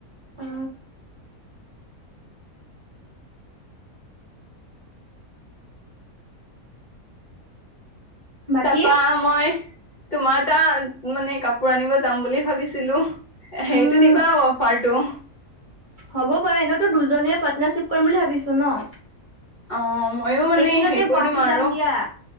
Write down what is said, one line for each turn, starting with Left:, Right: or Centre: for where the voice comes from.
Right: উ বাকী
Left: তাপা মই তোমাৰ তাত মানে কাপোৰ আনিব যাম বুলি ভাবিছিলো হেৰিতটো
Right: উম,
Left: দিবা আৰু অফাৰটো
Right: হ'ব বাৰু এনেইতো দুজনীয়ে পাৰ্টনাৰশ্বিপ কৰিম বুলি ভাবিছো ন
Left: অ ময়ো মানে
Right: এইকেইদিনতে
Left: হেৰি
Right: গুৱাহাটীত
Left: কৰি দিম আৰু
Right: যাম দিয়া